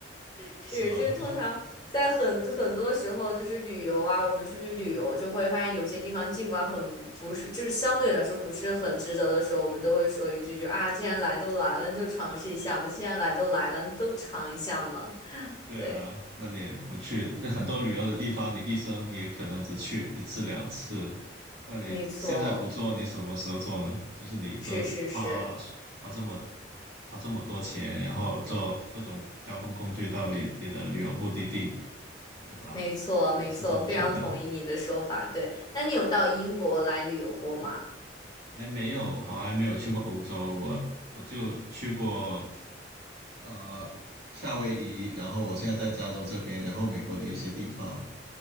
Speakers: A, on the left; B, on the right.
A: 是，
B: 是吗？
A: 就是通常在很很多时候，就是旅游啊，我们出去旅游就会发现有些地方尽管很不是，就是相对来说不是很值得的时候，我们都会说一句就啊，既然来都来了，那就尝试一下嘛，既然来都来了，那都尝一下嘛。
B: 对啊，
A: 对，
B: 那你也不去，那很多旅游的地方，你一生也可能只去一次两次。那你现在不做，
A: 没错，
B: 你什么时候做呢？就是你都花花这么
A: 是是是，
B: 花这么多钱，然后坐各种交通工具到你你的旅游目的地，对吧？
A: 没错没错，
B: 我是这么觉得。
A: 非常同意你的说法。对，那你有到英国来旅游过吗？
B: 还没有，好，还没有去过欧洲，我我就去过呃，夏威夷，然后我现在在加州这边，然后美国的一些地方，